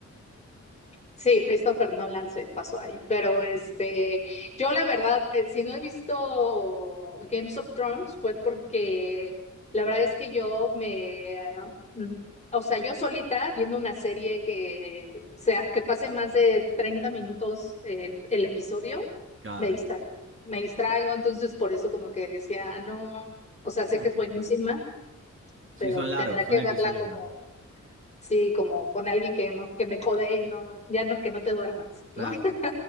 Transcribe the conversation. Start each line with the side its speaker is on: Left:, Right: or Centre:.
Left: Sí, Christopher Nolan se pasó ahí, pero este, yo la verdad, eh, si no he visto Games of Thrones fue porque la verdad es que yo me, ah, mm, o sea, yo solita viendo una serie que sea, que pase más de 30 minutos el, el episodio,
Right: Cada-
Left: me distraigo, me distraigo, entonces por eso como que decía, "Ah, no, o sea,
Right: <laughs>
Left: sé que es buenísima,
Right: sí,
Left: pero
Right: son largos,
Left: tendrá
Right: son
Left: que
Right: episodios
Left: verla como
Right: largos.
Left: sí, como con alguien que, no, que me codee y no, ya no, que no te duermas,
Right: Claro.
Left: ¿no? <laughs>